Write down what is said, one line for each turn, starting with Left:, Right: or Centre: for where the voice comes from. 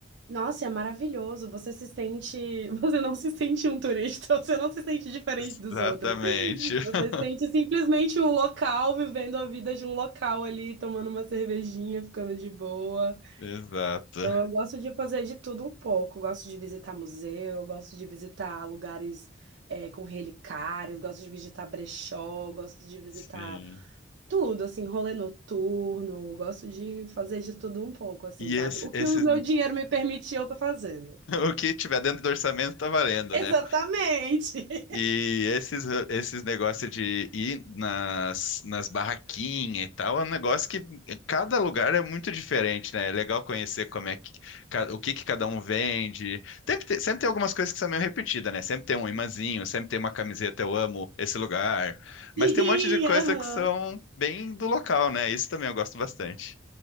Right: Nossa, é maravilhoso. Você se sente. <laughs> Você não se sente um turista, <laughs> você não se sente diferente
Left: Exatamente.
Right: dos outros.
Left: <laughs>
Right: Você se sente simplesmente um local, vivendo a vida de um local ali, tomando uma cervejinha, ficando de boa.
Left: Exato.
Right: Então, eu gosto de fazer de tudo um pouco. Eu gosto de visitar museu, eu gosto de visitar lugares eh, com relicários, gosto de visitar brechó, gosto de visitar
Left: Sim.
Right: tudo, assim, rolê noturno. Gosto de fazer de tudo um pouco, assim,
Left: E
Right: sabe?
Left: esse,
Right: O
Left: esses,
Right: que o meu
Left: <laughs>
Right: dinheiro me permitir, eu tô fazendo.
Left: o que tiver dentro do orçamento tá valendo,
Right: Exatamente!
Left: né?
Right: <laughs>
Left: E esses, esses negócios de ir nas, nas barraquinhas e tal, é um negócio que cada lugar é muito diferente, né? É legal conhecer como é que, ca- o que que cada um vende. Sempre tem, sempre tem algumas coisas que são meio repetidas, né? Sempre tem um imãzinho, sempre tem uma camiseta, eu amo esse lugar. Mas
Right: Sim,
Left: tem um monte de coisa
Right: aham.
Left: que são bem do local, né? Isso também eu gosto bastante.